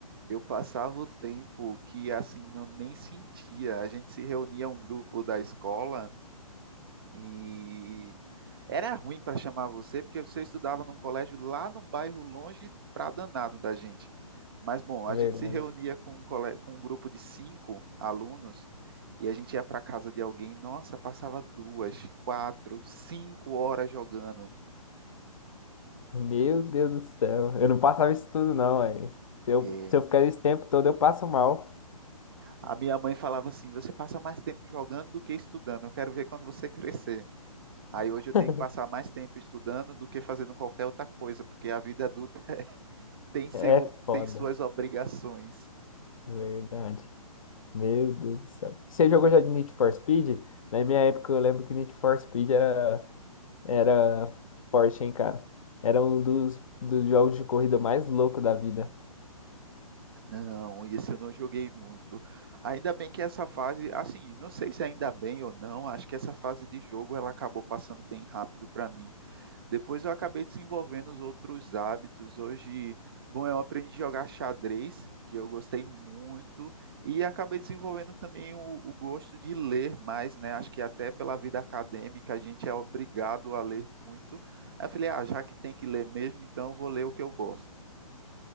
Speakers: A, on the right (about 40°); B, on the left (about 65°).
A: Eu passava o tempo que assim não nem sentia. A gente se reunia um grupo da escola. E era ruim para chamar você, porque você estudava num colégio lá num bairro longe pra danado da gente. Mas, bom,
B: Verdade.
A: a gente se reunia com um, cole- com um grupo de cinco alunos e a gente ia para casa de alguém. Nossa, passava duas, quatro, cinco horas jogando.
B: Meu Deus do céu. Eu não passava isso tudo, não, velho. Se eu,
A: É,
B: se eu ficar esse tempo todo, eu passo mal.
A: a minha mãe falava assim: você passa mais tempo jogando do que estudando. Eu quero ver quando você crescer. Aí hoje
B: <laughs>
A: eu tenho que passar mais tempo estudando do que fazendo qualquer outra coisa, porque a vida adulta <laughs> tem seu,
B: É foda.
A: tem suas obrigações.
B: Verdade. Meu Deus do céu. Você jogou já de Need for Speed? Na minha época, eu lembro que Need for Speed era, era forte, hein, cara? Era um dos, dos jogos de corrida mais loucos da vida.
A: Não, esse eu não joguei muito. Ainda bem que essa fase, assim, não sei se ainda bem ou não, acho que essa fase de jogo ela acabou passando bem rápido para mim. Depois eu acabei desenvolvendo os outros hábitos. Hoje, bom, eu aprendi a jogar xadrez, que eu gostei muito, e acabei desenvolvendo também o, o gosto de ler mais, né? Acho que até pela vida acadêmica a gente é obrigado a ler muito. Aí eu falei, ah, já que tem que ler mesmo, então eu vou ler o que eu gosto.